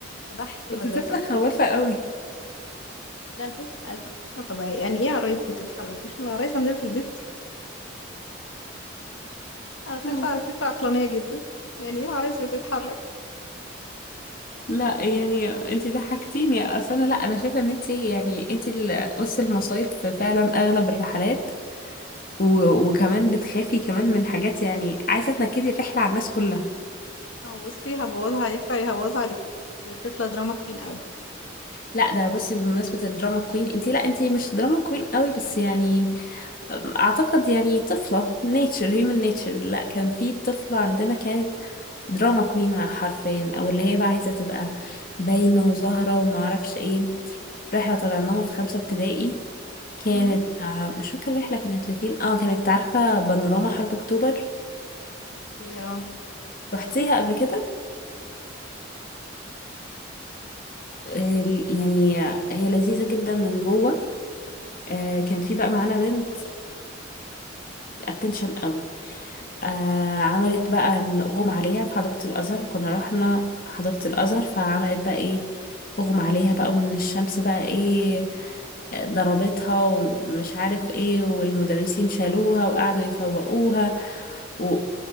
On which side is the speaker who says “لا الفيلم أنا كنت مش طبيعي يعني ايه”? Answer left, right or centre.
Left